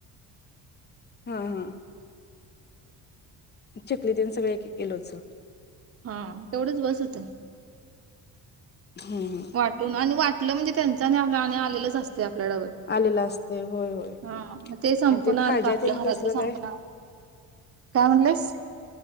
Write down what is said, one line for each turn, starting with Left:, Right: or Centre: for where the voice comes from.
Left: हा हा. चकली तेन सगळं एक एक किलोच.
Right: हा तेवढेचं बस होतंय.
Left: हम्म हम्म
Right: वाटून आणि वाटलं म्हणजे त्यांचं आणि आपल्याला आलेलंच असतयं. आपल्या डब्यात
Left: आलेला असते होय होय
Right: हा. ते संपणार
Left: आणि खाज्या
Right: का? आपल्या
Left: तेन
Right: घरातलं
Left: तसलं काय
Right: संपणार? काय म्हणलीस